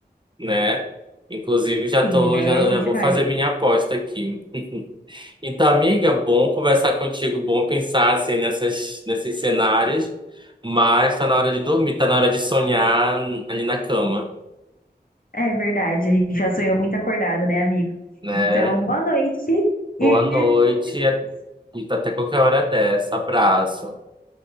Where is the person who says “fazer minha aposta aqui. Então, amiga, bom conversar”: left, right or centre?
Right